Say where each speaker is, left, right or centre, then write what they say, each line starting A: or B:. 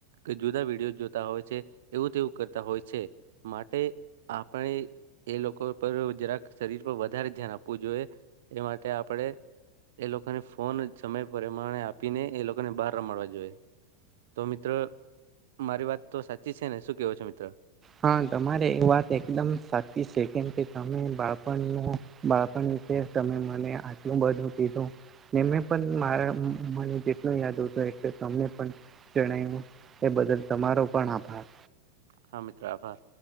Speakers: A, on the right (about 55°); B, on the right (about 20°).
A: કે જુદા વિડીયો જોતા હોય છે. એવું તેવું કરતા હોય છે. માટે આપણે એ લોકો પર જરાક શરીર પર વધારે ધ્યાન આપવું જોઈએ. એ માટે આપડે એ લોકોને ફોન સમય પ્રમાણે આપીને, એ લોકોને બહાર રમાડવા જોઈએ. તો મિત્ર, મારી વાત તો સાચી છે ને? શું કેવો છો મિત્ર?
B: હા, તમારે એ વાત એકદમ સાચી છે, કેમ કે તમે બાળપણનો બાળપણ વિશે તમે મને આટલું બધું કીધું. મે પણ મારા મને જેટલું યાદ હતું એટલુ તમને પણ જણાવ્યું, એ બદલ તમારો પણ આભાર.
A: હા, મિત્ર આભાર.